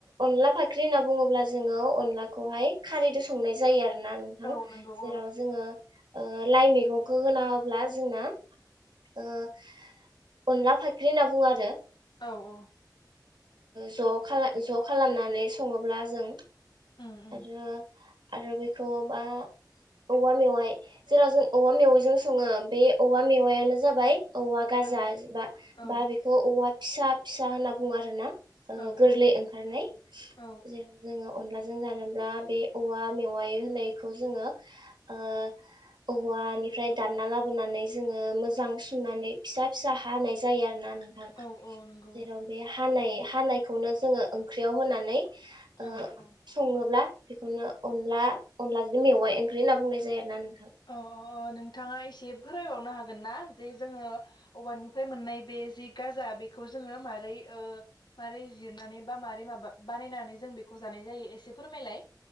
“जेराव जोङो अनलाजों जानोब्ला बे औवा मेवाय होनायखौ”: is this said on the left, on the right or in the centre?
Right